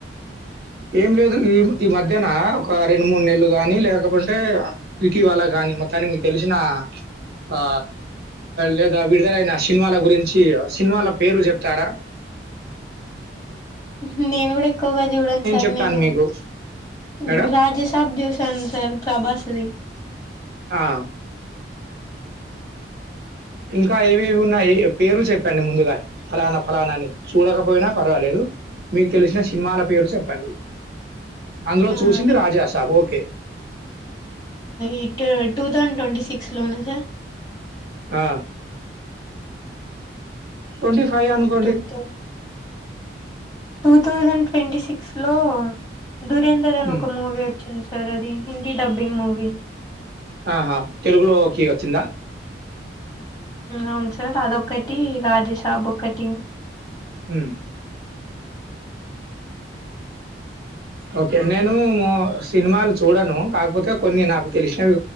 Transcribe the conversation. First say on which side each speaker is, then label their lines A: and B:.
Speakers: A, on the right; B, on the left.
A: ఏం లేదు ఈ ఈ మధ్యన ఒక రెండు మూడు నెల్లు గాని లేకపోంటే ఇటీవల గా మొతానికి తెలిసిన ఆ లేదా విడుదలైన సినిమాల గురించి సినిమాల పేర్లు జెప్తారా <inaudible>
B: ఉమ్ నేను గూడ ఎక్కువగా జూడన్ సార్
A: చెప్తాను
B: నేను
A: మీకు. మేడం?
B: ఉం రాజసబ్ జూసాన్ సార్ ప్రభాస్ది
A: ఆ ఇంకా ఏవేవి ఉన్నాయి పేర్లు చెప్పండి ముందుగా ఫలానా ఫలానాని చూడకపోయినా పర్వాలేదు మీకు తెలిసిన సినిమాల పేరు చెప్పండి అందులో
B: ఆ
A: చూసింది
B: ఎప్-
A: రాజాసాబ్ ఓకే
B: ఇటు టూ త్వోథౌసండ్ ట్వంటీ సక్స్ లోన సార్
A: ఆ ట్వంటీ ఫైవ్ అనుకోండి
B: టూ thou two thousand twenty six లో దురేందర్ అన్
A: ఉమ్,
B: ఒక మూవీ వచ్చింది సార్ సరే అది హిందీ డబ్బింగ్ మూవి
A: ఆహా తెలుగులోకి వచ్చిందా
B: అవును సార్ అదొకటి రాజషాబ్ ఒకటి
A: హ్మ్మ్ ఓకే నేను సినిమాలు చూడను కాకపోతే కొన్ని నాకు తెలిసినవి